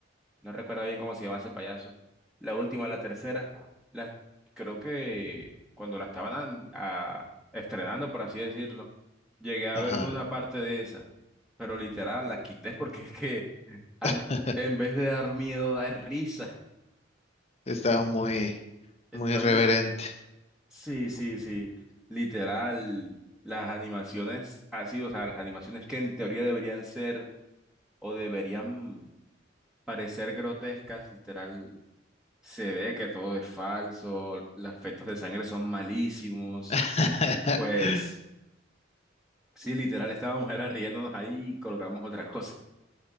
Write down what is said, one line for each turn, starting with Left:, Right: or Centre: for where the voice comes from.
Centre: No recuerdo bien cómo se llama ese payaso. La última, la tercera. La, creo que cuando la estaban an- a- estrenando, por así decirlo, llegué a
Left: ajá.
Centre: verme una parte de esa. Pero literal, la quité <laughs> porque es que an-
Left: <laughs>
Centre: en vez de dar miedo, da risa.
Left: Estaba muy,
Centre: Está
Left: muy reverente.
Centre: mu- Sí, sí, sí. Literal, las animaciones así, o sea, las animaciones que en teoría deberían ser o deberían parecer grotescas, literal Se ve que todo es falso, los efectos de sangre son malísimos.
Left: <laughs>
Centre: Pues sí, literal, estábamos era riéndonos ahí y colocamos otra cosa.